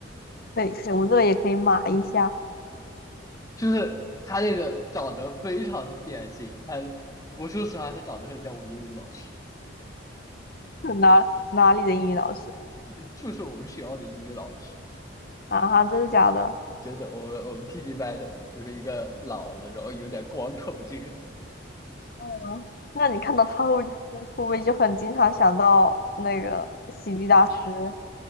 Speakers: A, on the left (about 50°); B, on the left (about 15°).
A: 可以可以，我这个也可以码一下，
B: 就是他那个长得非常的典型，他我说实话，他长得很像我英语老师，
A: 是哪哪里的英语老师
B: <laughs> 就是我们学校的英语老师。
A: 啊？真的假的？
B: 真的，我们我们 TG 班的就是一个老了，然后有点光头这个。
A: 嗯，那你看到他会会会不会就很经常想到那个喜剧大师？